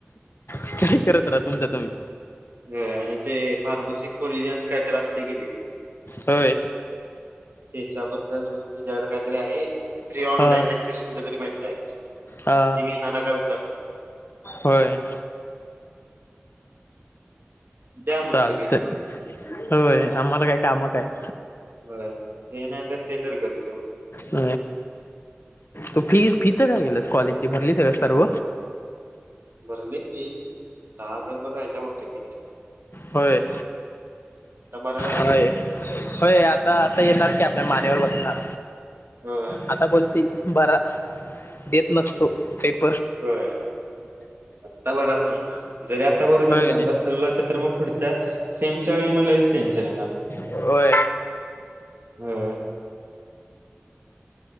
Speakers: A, on the left; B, on the right.
A: स्टडी करत रा तुमचा तुम्ही.
B: होय आणि ते फार्मसी कॉलेजांचं कायतर असतंय की ते.
A: होय.
B: तेच्याबद्दल तिच्याकडे काहीतरी आहे. ते फ्री ऑनलाईन
A: ह
B: लेक्चर्स कुठेतरी भेटतायत,
A: ह
B: ते घेणारा का विचार.
A: होय.
B: द्या म्हणत्या
A: चालतंय.
B: घेतो आम्ही
A: होय आम्हाला काय काम काय? <inaudible>
B: होय ते नाही तर ते तर करतो
A: अ तू फी फीच काय केलंस, कॉलेजची भरलीसका सर्व?
B: भरले ते, दहा हजारभर राहिल्या हुते त्यातले.
A: होय.
B: आता भरायला लागल
A: होय होय आता आता येणार की, आपल्या मानेवर बसणार.
B: होय
A: आता बोलतील बरा, येत नसतो येत.
B: होय आता बराच म्हणणार. जरी आता बर दिलं
A: होय
B: ना, बसविला तर तर मग पुढच्या सेमच्या वेळी मग लयच टेन्शन येणार.
A: होय
B: होय.